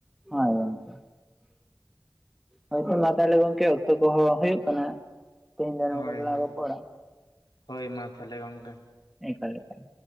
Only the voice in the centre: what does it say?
ᱦᱚᱭ ᱜᱚᱢᱠᱮ ᱦᱳᱭᱛᱳ ᱢᱟ ᱛᱟᱦᱚᱞᱮ ᱜᱚᱢᱠᱮ ᱚᱠᱛᱚ ᱠᱚᱦᱚᱸ ᱦᱩᱭᱩᱜ ᱠᱟᱱᱟ ᱾ ᱛᱤᱦᱤᱱᱫᱚ ᱱᱚᱝᱠᱟ
ᱜᱮ ᱞᱟᱝ
ᱨᱚᱯᱚᱲᱟ
ᱮᱠᱟᱞ ᱮᱠᱟᱞ